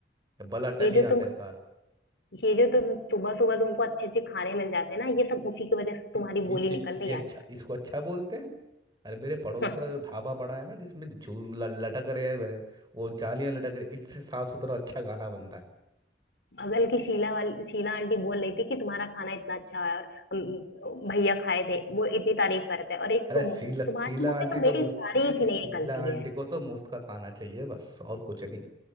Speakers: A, on the right; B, on the left.
A: भला टली
B: ये जो तुम
A: आखिरकार
B: ये जो तुम सुबह सुबह तुमको अच्छे अच्छे खाने मिल जाते हैं ना ये सब उसी की वजह से
A: <laughs> ये
B: तुम्हारी बोली
A: ये
B: निकल
A: चीजें
B: रही है
A: अच्छा इसको अच्छा बोलते हैं अरे मेरे पड़ोस
B: <laughs>
A: का जो ढाबा पड़ा है ना जिसमें झूम ल- लटक रहे हैं वे- वो जालियां लटक रही इससे साफ सुथरा अच्छा खाना बनता है
B: बगल की शीला वाली शीला आंटी बोल रही थी कि तुम्हारा खाना इतना अच्छा है और हम- भैया खाए थे वो इतनी तारीफ करते हैं और एक
A: अरे
B: तुम
A: सीला
B: हो तुम्हारे
A: सीला
B: मुंह
A: आंटी
B: से तो
A: तो
B: मेरी
A: मुफ्त
B: तारीफ ही नहीं निकलती
A: सीला आंटी
B: है
A: को तो मुफ्त का खाना चाहिए बस और कुछ नहीं